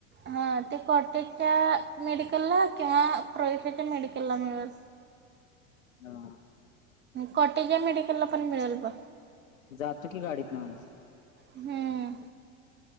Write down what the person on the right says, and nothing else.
हा ते च्या मेडिकलला किंवा प्रवेशाच्या मेडिकलला मिळेल
कट मेडिकलला पण मिळेल ब
हम्म